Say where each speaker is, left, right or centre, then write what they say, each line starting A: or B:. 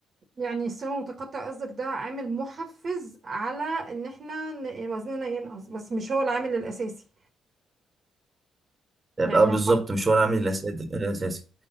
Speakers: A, on the right; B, on the right.
A: يعني الصيام المتقطع قصدك ده عامل محفز على ان احنا ن- وزننا ينقص بس مش هو العامل الاساسي
B: يبقى
A: يعني لو
B: بالظبط مش هو العامل الاساسي